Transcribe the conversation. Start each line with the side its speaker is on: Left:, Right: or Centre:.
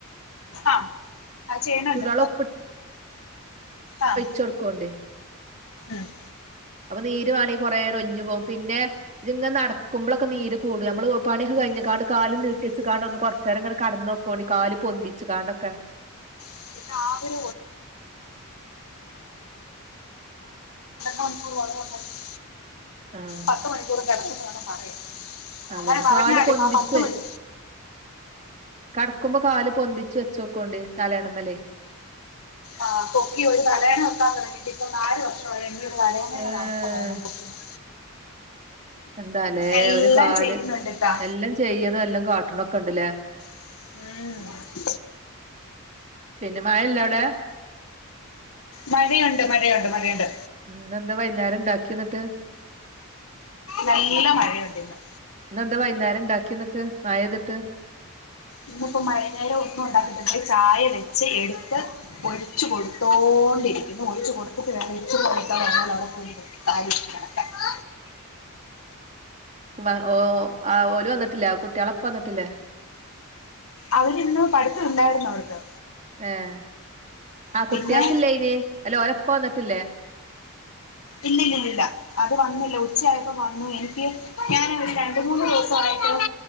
Left: ആഹ് അത് ചെയ്യണണ്ട്
Right: ചൂടുവെള്ളം
Left: ആഹ്
Right: ചൊടുക്കുണ്ടേ
Left: ആഹ്
Right: അപ്പൊ നീര് വാണെങ്കിൽ കുറെ ഒലിഞ്ഞ് പോകും പിന്നെ ഇതിങ്ങനെ നടക്കുമ്പോളൊക്കെ നീര് കൂടും നമ്മള് പണിയൊക്കെ കഴിഞ്ഞ് കാണ്ട് കാല് നീട്ടെച്ച് കാണ്ട് ഒന്ന് കൊറച്ച്നേരം ഇങ്ങനെ കടന്നോക്കുവോണ്ടി കാല് പൊന്തിച്ച് കാണ്ടൊക്കെ
Left: <unintelligible> <unintelligible> പന്ത്രണ്ട് മണിക്കൂർ വരെ ഉണ്ടെങ്കിൽ
Right: ആഹ്
Left: പത്ത് മണിക്കൂർ വേണം പറയാൻ
Right: അതന്നെ
Left: അങ്ങനെ പറഞ്ഞാല്
Right: കാല് പൊന്തിച്ച്
Left: ആ പത്ത് മണി
Right: കടക്കുമ്പോ കാല് പൊന്തിച്ച് വെച്ച് നോക്കോണ്ട് തലയണമേല്
Left: ആഹ് പൊക്കി ഒരു തലയണ വെക്കാൻ തുടങ്ങിട്ട് ഇപ്പൊ നാല് വർഷ എനിക്കൊന്ന് അനങ്ങണമെങ്കിൽ
Right: ഏഹ്
Left: ഒരു അവസ്ഥ വേണം പൊക്കി നോ
Right: എന്താലേ
Left: എല്ലാം
Right: ഒരു കാല്
Left: ചെയ്യുന്നുണ്ട് ഇത്താ
Right: എല്ലാം ചെയ്യണം എല്ലാം കാട്ടണോക്കെ ഉണ്ട്ല്ലേ
Left: ഉം
Right: പിന്നെ മഴയില്ലോ അവിടെ
Left: മഴയുണ്ട് മഴയുണ്ട് മഴയുണ്ട്
Right: ഇന്നെന്താ വൈന്നേരം ണ്ടാക്ക്യന്നട്ട്.
Left: നല്ല മഴയുണ്ട് ഇന്ന്.
Right: ഇന്നെന്താ വൈന്നാര ണ്ടാക്കിയെന്നട്ട് മഴെയ്ത്ട്ട്.
Left: ഇന്ന്പ്പോ മൈന്നേരം ഒന്നുണ്ടാക്കിട്ടില ചായ വെച്ച് എടുത്ത്. ഒഴിച്ചു കൊടുത്തോണ്ടിരിക്കുന്നു ഒഴിച്ച് കൊടുത്തിട്ട് വേണം ഇച്ചി <unintelligible> താലി <unintelligible>
Right: മാ ഓഹ് ആ ഓല് വന്നിട്ടില്ല കുട്ട്യള പ്പ വന്ന്ട്ടില്ല.
Left: അവരിന്ന് പഠിത്തുണ്ടായിരുന്നോ അവർക്ക്.
Right: ഏഹ് ആ കുട്ട്യാകില്ലയ്ന്
Left: പിന്നെ
Right: അല്ല ഓലപ്പ വന്നിട്ടില്ലേ?
Left: ഇല്ലില്ലില്ലില്ല അത് വന്നില്ല ഉ ച്ചയായപ്പോ വന്നു എനിക്ക് ഞാന് ഒരു രണ്ട് മൂന്ന് ദിവസമായിട്ട്